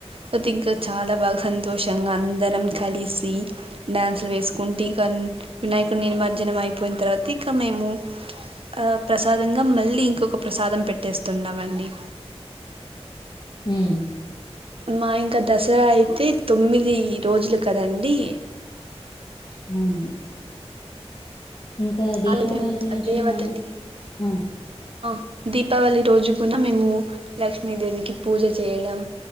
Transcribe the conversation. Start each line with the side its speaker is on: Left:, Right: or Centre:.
Right: తో ఇంక చాలా బాగ సంతోషంగా అందరం కలిసి న అసల్ వేసుకుంటి కన్ వినాయకుని నిమర్జనం అయిపోయిన తరువాత ఇక మేము ఆ ప్రసాదంగా మళ్ళీ ఇంకొక ప్రసాదం పెట్టేస్తున్నామండి
Left: ఉమ్
Right: మా ఇంకా దసరా అయితే తొమ్మిది రోజులు కదండి
Left: అవును ఇంకా
Right: <inaudible>
Left: దీపావళి
Right: అ
Left: గురించి
Right: దేవతకి
Left: మన ఆ
Right: ఆ దీపావళి రోజు కూన మేము లక్ష్మీదేవికి పూజ చే చేయడం